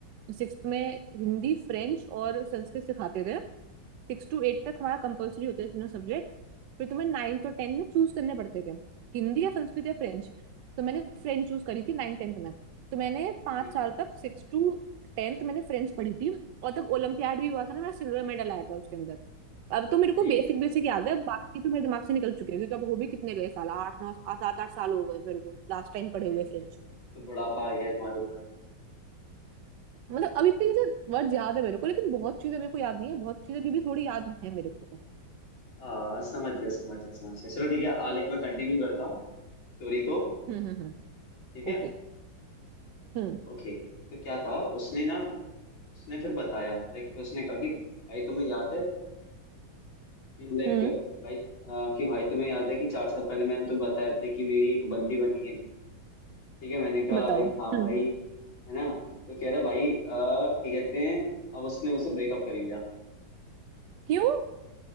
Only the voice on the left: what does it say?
वो
बेटा
ठीक
है
सही
में
यार, तो बुढ़ापा आ गया तुम्हारे ऊपर
आ समझ गया समझ गया समझ गया चलो ठीक है आलेख मैं कंटिन्यू करता हूँ स्टोरी को
ठीक है
ओके तो क्या था उसने ना उसने फिर बताया लाइक फिर उसने कहा कि भाई तुम्हें याद है लाइक
भाई अ, कि भाई तुम्हें याद है कि चार साल पहले मैंने तुम्हें बताया था कि मेरी एक बंदी बनी है ठीक है मैंने कहा
लाइक हाँ
भाई है ना तो कह रहा भाई अ, क्या कहते हैं अब उसने मुझसे ब्रेकअप कर लिया